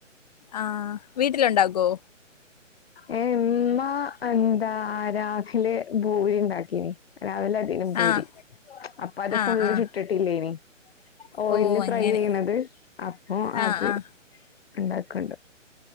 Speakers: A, on the left; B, on the left.
A: ആഹ വീട്ടിലുണ്ടാകോ?
B: ഏ എമ്മ എന്താ രഹിലെ ഭൂരി ഉണ്ടാക്കീന്. രാവിലെ അധികം പോൂരി
A: ആഹ്
B: അപ്പ അത്
A: ആഹ്
B: ഫുള്ള്
A: ആഹ്
B: ചുട്ടിട്ടില്ല ഇനി. ഓയില്ല്
A: ഓ
B: ഫ്രൈ
A: അങ്ങനെ.
B: ചെയ്യണത് അപ്പൊ
A: ആഹ്
B: അത്.
A: ആഹ്
B: ഉണ്ടാക്കുന്നുണ്ട്.